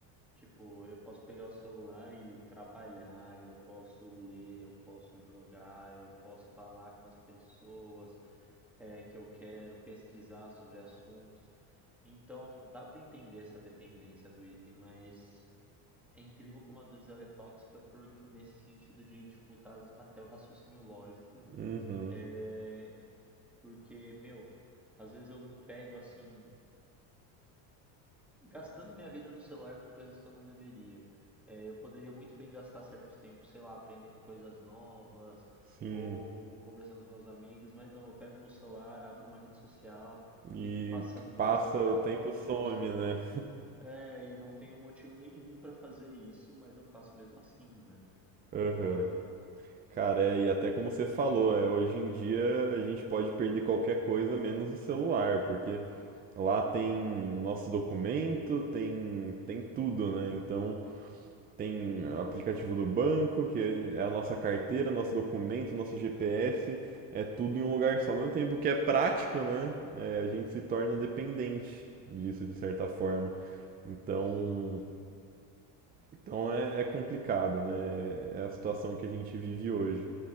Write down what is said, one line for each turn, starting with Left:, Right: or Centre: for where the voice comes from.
Centre: Tipo, eu posso pegar o celular e trabalhar, eu posso ler, eu posso jogar, eu posso falar com as pessoas, é, que eu quero, pesquisar sobre assuntos. Então, dá para entender essa dependência do item, mas é incrível como às vezes ela é tóxica porque, nesse sentido de dificultar as- até o raciocínio lógico.
Right: Uhum,
Centre: É, porque, meu, às vezes eu me pego assim, gastando minha vida no celular com coisas que eu não deveria. É, eu poderia muito bem gastar certos tempos, sei lá, aprendendo coisas novas
Right: sim.
Centre: ou conversando com meus amigos, mas não, eu pego meu celular, abro uma rede social,
Right: E
Centre: fico passando posts
Right: passa
Centre: aleatórios,
Right: o tempo some, né?
Centre: é, e não tenho motivo nenhum para fazer isso, mas eu faço mesmo assim, né? Como
Right: Aham.
Centre: pode?
Right: Cara, é, e até como você falou, é, hoje em dia a gente pode perder qualquer coisa menos o celular, porque lá tem nosso documento, tem, tem tudo, né? Então tem aplicativo do banco, que é a nossa carteira, nosso documento, nosso GPS, é tudo em um lugar só. Ao mesmo tempo que é prático, né? É, a gente se torna dependente disso de certa forma. Então,
Centre: Sim,
Right: então é, é complicado, né? É a situação que a gente vive hoje.